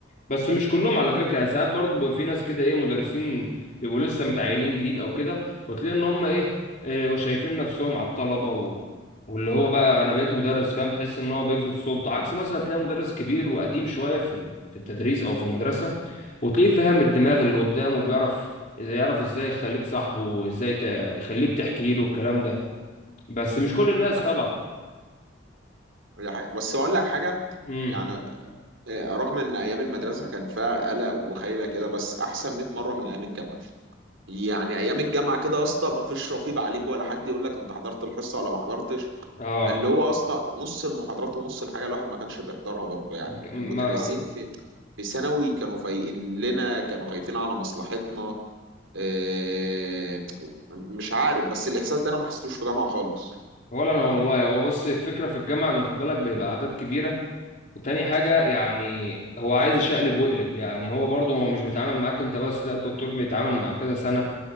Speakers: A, on the left; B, on the right.
A: بس مش كلهم على فكره يعني ساعات برضه بيبقى في ناس كده ايه مدرسين بيبقوا لسه متعينين جديد او كده وتلاقي ان هم ايه, إيه شايفين نفسهم على الطلبه و... واللي هو بقى انا بقيت مدرس فاهم تحس ان هو بيفرض سلطه عكس مثلا تلاقي مدرس كبير وقديم شويه في ال- في التدريس او في المدرسه وتلاقيه فاهم الدماغ اللي قدامه وبيعرف إذا يعرف ازاي يخليك صاحبه وازاي ت... يخليك تحكي له الكلام ده بس مش كل الناس
B: ده
A: طبعا
B: حقيقي ده حقيقي بس اقول لك حاجه
A: امم
B: يعني آه، رغم ان ايام المدرسه كان فيها قلق وخيله كده بس احسن 100 مره من ايام الجامعه يعني ايام الجامعه كده يا اسطى ما فيش رقيب عليك ولا حد يقول لك انت حضرت الحصه ولا ما حضرتش
A: اه
B: فاللي هو يا اسطى نص المحاضرات ونص الحاجه الواحد ما كانش بيحضرها برضه يعني
A: ك- ما
B: المدرسين في في ثانوي كانوا فايقين لنا كانوا خايفين على مصلحتنا إيه، مش عارف بس الإحساس ده أنا ما حسيتوش في جامعة خالص
A: ولا انا والله هو بس الفكره في الجامعه ان خد بالك بيبقى اعداد كبيره وتاني حاجة يعني هو عايز يشقلب ويقلب يعني هو برضه هو مش بيتعامل معاك انت بس لا الدكتور بيتعامل مع كذا سنة